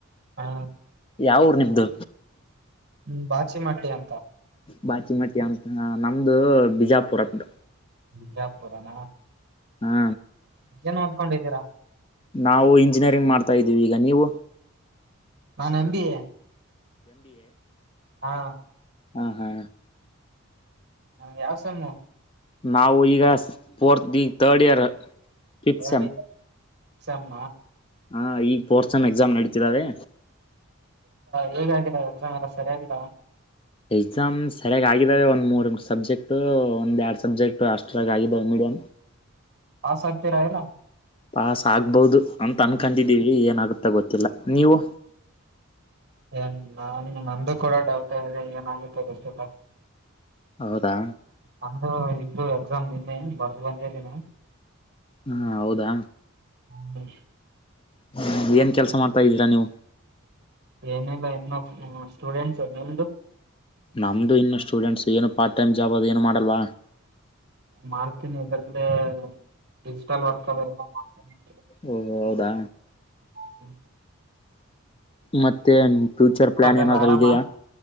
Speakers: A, on the right; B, on the left.
A: ಹ
B: ಯಾವ್ ಊರ್ ನಿಮ್ದು
A: ಹ್ಮ್ ಬಾಕ್ಷಿಮಟ್ಯನ್
B: ಬಾಚಿಮಟ್ಟಿ ಅಂತ ನಮ್ದು ಬಿಜಾಪುರ್ ಅಂತ.
A: ಬಿಜಾಪುರನಾ
B: ಹಾ
A: ಏನ್ ಓದ್ಕೊಂಡಿದ್ದೀರಾ
B: ನಾವು ಇಂಜಿನಿಯರಿಂಗ್ ಮಾಡ್ತಾ ಇದ್ದೀವಿ ಈಗ ನೀವು.
A: ನಾನ್ ಎಂ ಬಿ ಎ ಹಾ
B: ಹಾ ಹಾ
A: ಹ ಯಾವ್ ಸೆಮ್ಮು
B: ನಾವು ಈಗ ಫೋರ್ತ್ ಈ ಗ್ ತರ್ಡ್ ಇಯರ್. ಫಿಫ್ತ್
A: ಎರಡ್
B: ಸೆಮ್
A: ಎಕ್ಸಾಮ್
B: ಹ ಈ ಫೋರ್ತ್ ಸೆಮ್ ಎಕ್ಸಾಮ್ ನಡೀತಿದಾವೆ.
A: ಹೇಗ ಹೇಗಿದವ್ ಎಕ್ಸಾಮ್ ಎಲ್ಲ ಸರಿಯಗಿದಾವ.
B: ಎಕ್ಸಾಮ್ ಸರಿಯ ಆಗಿದ್ದಾವೆ ಒಂದು ಮೂರುಂಟು ಸಬ್ಜೆಕ್ಟು ಒಂದ ಎರಡು ಸಬ್ಜೆಕ್ಟು ಅಷ್ಟರಾಗ್ ಆಗಿದ್ದಾ ವ್ ಮೀಡಿಯಮ್
A: ಪಾಸ್ ಆಗ್ತಿರಾ ಇಲ್ಲ
B: ಪಾಸ್ ಆಗ್ಬೊದು ಅಂತ ಅನ್ಕೊಂಡಿದ್ದೀವಿ ಏನಾಗುತ್ತಾ ಗೊತ್ತಿಲ್ಲ ನೀವು.
A: ಏನ್ ನಾನ್ ನಂದು ಕೂಡ ಡೌಟ್ ಇದೆ ಏನ ಆಗುತ್ತೊ ಗೊತ್ತಿಲ್ಲ
B: ಹೌದಾ
A: ನಂದ ಇದ್ದು ಎಕ್ಸಾಮ್ ನಿನ್ನೆ ಬರ್ದ ಬಂದ್ದಿನ
B: ಹ್ಮ ಹೌದಾ
A: <unintelligible>
B: ಹ್ಮ ಏನ್ ಕೆಲಸ ಮಾಡ್ತಾ ಇದೀರಾ ನೀವು.
A: ಏನಿಲ್ಲ ಇನ್ನ ಸ್ಟೂಡೆಂಟ್ಸ ನಿಮ್ದು.
B: ನಮ್ಮದುು ಇನ್ನು ಸ್ಟೂಡೆಂಟ್ಸ್ ಏನು ಪ್ಟ್ ಟೈಮ್ ಜಾಬ್ ಅದು ಏನು ಮಾಡಲ್ವ.
A: ಮಾಡ್ತೀನಿ ಇದ್ರಲ್ಲಿ ಡಿಜಿಟಲ್ ವರ್ಕ್ ಅದೆಲ್ಲಾ ಅ <unintelligible>
B: ಓ ಹೌದಾ
A: <inaudible>
B: ಮತ್ತೆ ಫ್ಯೂಚರ್
A: ಊರಲ್ಲೆಲ್ಲ
B: ಪ್ಲಾನ್ ಏನಾದ್ರೂ
A: ಆರಾಮ
B: ಇದ್ಯ